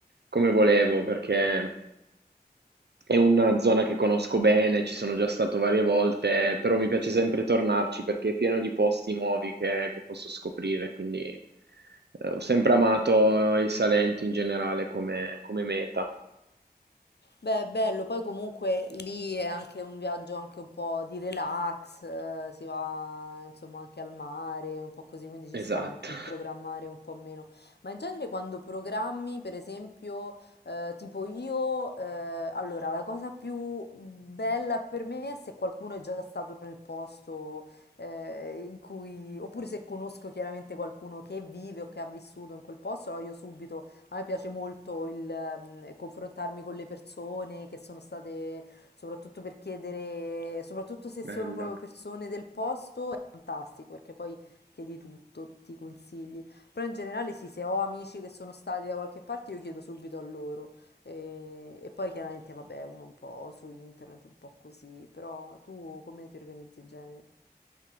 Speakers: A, on the right; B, on the left.
A: come volevo perché... È una zona che conosco bene, ci sono già stato varie volte, però mi piace sempre tornarci perché è pieno di posti nuovi che, che posso scoprire, quindi eh, ho sempre amato il Salento in generale come, come meta.
B: Beh, è bello, poi comunque lì è anche un viaggio anche un po' di relax, eh, si va insomma anche al mare, un po' così, quindi ci sta
A: Esatto,
B: anche il programmare un po' meno. Ma in genere quando programmi, per esempio, eh, tipo io, eh, allora la cosa più bella per me è se qualcuno è già stato nel posto eh, in cui, oppure se conosco chiaramente qualcuno che vive o che ha vissuto in quel posto, allora io subito a me piace molto il ehm, confrontarmi con le persone che sono state, soprattutto per chiedere, soprattutto se
A: <laughs> bello.
B: sono proprio persone del posto, è fantastico perché poi chiedi tutto, ti consigli. Però in generale sì, se ho amici che sono stati da qualche parte, io chiedo subito a loro. E, e poi chiaramente, vabbè, uno un po' su internet, un po' così. Però tu come ti organizzi in genere?